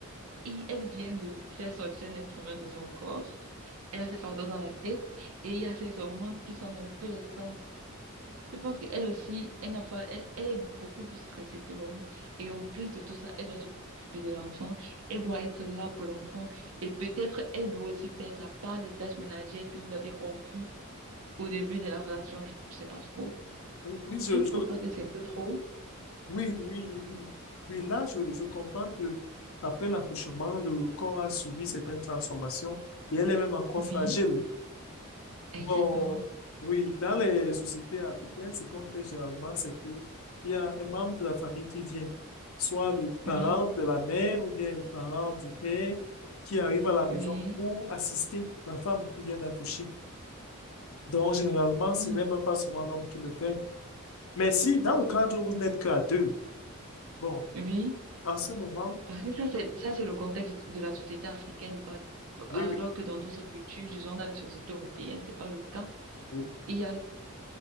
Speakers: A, on the right; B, on the left.
A: Et elle vient de faire sortir un être humain de son corps. Elle a ses fardeaux dans la tête et il y a ses hormones qui sont dans tous les sens. Je pense qu'elle aussi, elle n'a pas, elle, elle est beaucoup plus stressée que l'homme. Et en plus de tout ça, elle doit s'occuper de l'enfant. Elle doit être là pour l'enfant. Et peut-être, elle doit aussi faire sa part des tâches ménagères que vous avez conclues au début de la relation. Je ne sais pas trop.
B: Oui, oui, je,
A: Tu ne
B: je-
A: trouves pas que c'est un peu trop?
B: oui, oui, oui. Oui, là, je, je comprends que après l'accouchement, le corps a subi certaines transformations et elle est même encore
A: Oui,
B: fragile.
A: exactement.
B: Bon, oui, dans les sociétés africaines, ce qu'on fait généralement, c'est qu'il y a un membre de la famille qui vient, soit le parent
A: Oui,
B: de la mère ou bien le parent du père qui arrive à la maison
A: oui,
B: pour assister la femme qui vient d'accoucher. Donc, généralement, ce
A: Hmm.
B: n'est même pas souvent l'homme qui le fait. Mais si dans le cadre où vous n'êtes qu'à deux, bon.
A: oui.
B: En ce moment,
A: Parce que ça, c'est, ça, c'est le contexte de la société africaine, pas-
B: oui,
A: alors
B: oui,
A: que dans d'autres cultures, disons dans les sociétés européennes, c'est pas le cas.
B: oui.
A: Il y a,